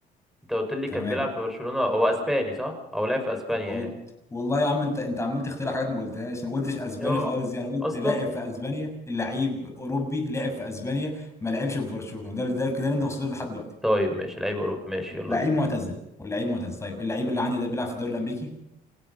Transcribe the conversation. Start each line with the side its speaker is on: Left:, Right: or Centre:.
Centre: انت قلت لي
Left: تمام
Centre: كان بيلعب في برشلونة هو اسباني صح او لعب في اسبانيا
Left: قلت
Centre: يعني
Left: والله يا عم انت انت عمال تخترع حاجات ما قلتهاش انا ما قلتش اسباني
Centre: يا
Left: خالص يعني قلت
Centre: اصلا
Left: لاعب في اسبانيا لعيب اوروبي لعب في اسبانيا ما لعبش في برشلونة ده ده كده اللي انت وصلت له لحد دلوقتي
Centre: طيب ماشي لعيب اوروبي ماشي يلا
Left: لعيب
Centre: بينا
Left: معتزل واللعيب معتزل طيب اللعيب اللي عندي ده بيلعب في الدوري الامريكي